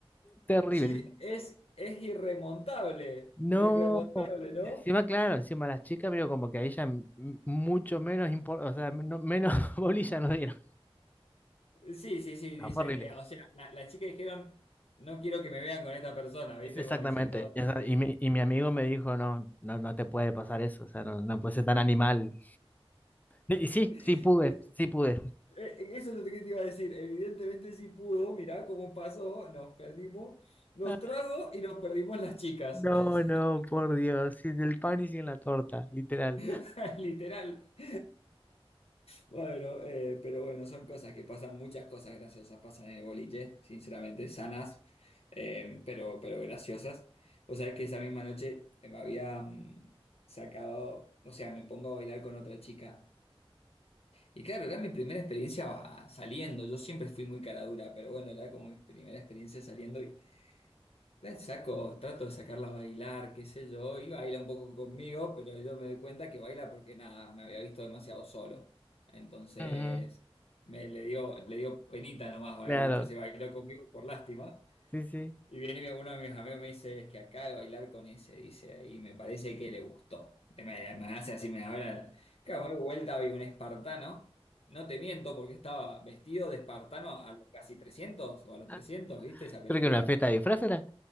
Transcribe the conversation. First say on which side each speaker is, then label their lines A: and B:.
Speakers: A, on the left (about 15°); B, on the left (about 80°).
A: terrible.
B: Sí, es, es irremontable,
A: No.
B: irremontable, ¿no?
A: Encima, claro, encima las chicas, pero como que a ella m- mucho menos, impor- o sea, no- menos <laughs> bolilla nos dieron.
B: Sí, sí, sí,
A: No,
B: dice,
A: fue horrible.
B: eh, o sea, la, la chica dijeron, no quiero que me vean con esta persona, ¿viste?
A: Es Exactamente.
B: Como diciendo...
A: Esa-
B: que-
A: Y mi, y mi amigo me dijo, no, no, no te puede pasar eso, o sea, no, no puedes ser tan animal. Y y sí,
B: <laughs>
A: sí pude, sí
B: Eh,
A: pude.
B: eh, Eso es lo que te iba a decir. Evidentemente sí pudo, mirá cómo pasó, nos perdimos los
A: Ay,
B: tragos y nos perdimos las chicas.
A: No,
B: <laughs>
A: no, por Dios, sin el pan y sin la torta, literal.
B: O sea, literal. <laughs> Bueno, eh, pero bueno, son cosas que pasan, muchas cosas graciosas pasan en el boliche, sinceramente, sanas, eh, pero, pero graciosas. O sea, que esa misma noche me había mm, sacado, o sea, me pongo a bailar con otra chica. Y claro, era mi primera experiencia saliendo. Yo siempre fui muy cara dura, pero bueno, era como mi primera experiencia saliendo y la saco, trato de sacarla a bailar, qué sé yo, y baila un poco conmigo, pero yo me doy cuenta que baila porque nada, me había visto demasiado solo. Entonces
A: Ujú,
B: me le dio, le dio penita nomás,
A: Claro,
B: ¿eh? Entonces bailó conmigo por lástima.
A: sí, sí.
B: Y viene mi- uno de mis amigos me dice, es que acá de bailar con ese, dice, y me parece que le gustó. Me, me hace así, me habla. Claro, me doy vuelta, vi un espartano. No te miento, porque estaba vestido de espartano a los casi trescientos o a los
A: Ah,
B: trescientos ¿viste esa película?
A: Creo que una fiesta de disfraz era.